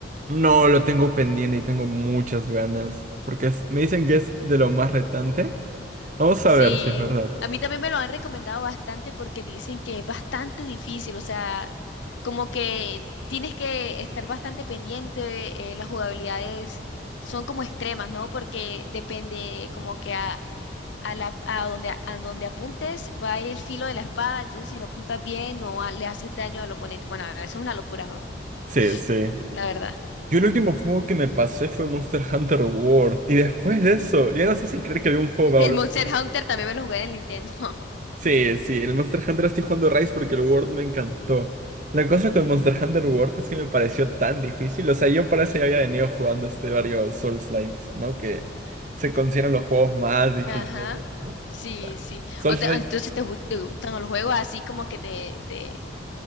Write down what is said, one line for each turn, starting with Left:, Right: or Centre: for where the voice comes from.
Right: No, lo tengo pendiente y tengo muchas ganas. Porque es- me dicen que es de lo más retante. Vamos
Left: Sí,
Right: a ver si es verdad.
Left: a mí también me lo han recomendado bastante porque dicen que es bastante difícil, o sea, como que tienes que estar bastante pendiente, eh, las jugabilidades son como extremas, ¿no? Porque depende como que a, a la, a donde, a donde apuntes va el filo de la espada, entonces si no apuntas bien no a- le haces daño al oponente. Bueno, eso es una locura, ¿no?
Right: Sí,
Left: <laughs>
Right: sí.
Left: La verdad.
Right: Yo el último juego que me pasé fue Monster Hunter World. Y después de eso, ya no sé si creer que algún juego va
Left: El
Right: a volver.
Left: Monster Hunter también me lo jugué en el Nintendo. <laughs>
Right: Sí, sí, el Monster Hunter estoy jugando Rise porque el World me encantó. La cosa con Monster Hunter World es que me pareció tan difícil. O sea, yo para eso ya había venido jugando este varios Souls-likes, ¿no? Que se consideran los juegos más difíciles,
Left: Ajá.
Right: digamos.
Left: Sí, sí.
Right: souls
Left: O te- entonces te, gu- te gustan los juegos así como que te, te,